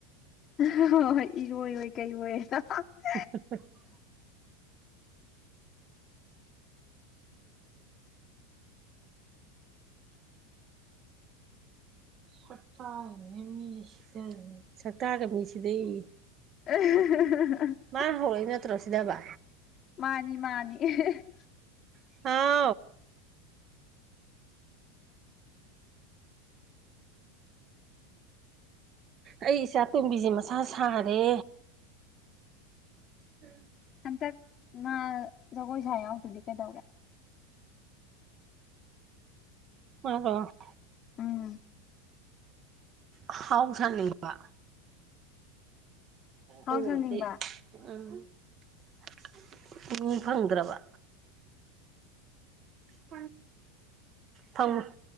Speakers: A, on the left (about 40°); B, on the right (about 40°).
A: <unintelligible> ꯍꯣꯏ ꯏꯔꯣꯏꯑꯣꯏ ꯀꯩꯑꯣꯏ <unintelligible>
B: <unintelligible> ꯁꯛꯇꯥꯉꯩꯅꯦ ꯃꯤ ꯁꯤꯗꯗꯅ ꯁꯛꯇꯥꯒ ꯃꯤ ꯁꯤꯗꯩꯌꯦ
A: <unintelligible>
B: ꯃꯥꯅ ꯍꯧꯔꯛꯏ ꯅꯠꯇ꯭ꯔꯣ ꯁꯤꯗꯕ
A: ꯃꯥꯅꯤ ꯃꯥꯅꯤ <unintelligible>
B: <unintelligible> ꯑꯩ ꯏꯆꯥ ꯇꯣꯝꯕꯤꯖꯤ ꯃꯁꯥ ꯁꯥꯔꯦ <inaudible>
A: ꯍꯟꯇꯛ ꯃꯥ ꯖꯒꯣꯏ ꯁꯥ ꯌꯥꯎꯗꯗꯤ ꯀꯩꯗꯧꯔꯦ
B: <unintelligible>
A: ꯎꯝ
B: ꯑꯍꯥꯎ ꯆꯥꯅꯤꯡꯕ
A: ꯍꯥꯎ
B: ꯑꯩꯅ
A: ꯁꯥꯅꯤꯡꯕ
B: <unintelligible> ꯎꯝ ꯎ ꯐꯪꯗ꯭ꯔꯕ <unintelligible> ꯐꯪ